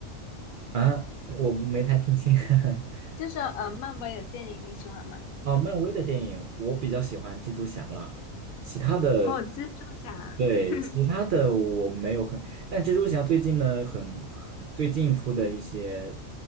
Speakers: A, on the right (about 70°); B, on the left (about 80°).
A: 啊，我不没太听清，<laughs>
B: 就是呃，漫威的电影你喜欢吗？
A: 哦，漫威的电影我比较喜欢蜘蛛侠了，其他的，
B: 哦，蜘蛛侠，
A: 对，
B: <clears throat>
A: 其他的我没有很，但蜘蛛侠最近呢，很，很最近出的一些